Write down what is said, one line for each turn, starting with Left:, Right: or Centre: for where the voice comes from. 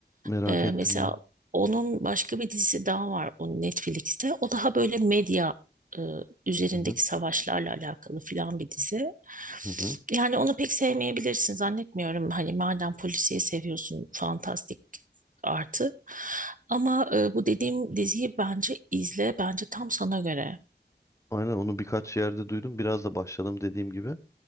Left: Merak
Right: E,
Left: ettim
Right: mesela
Left: ya.
Right: onun başka bir dizisi daha var o Netflix'te. O daha böyle medya üzerindeki
Left: Hı hı
Right: savaşlarla alakalı filan bir dizi.
Left: hı hı.
Right: Yani onu pek sevmeyebilirsin zannetmiyorum. Hani madem polisiye seviyorsun fantastik artı. Ama e, bu dediğim diziyi bence izle. Bence tam sana göre.
Left: Aynen onu birkaç yerde duydum. Biraz da başladım dediğim gibi.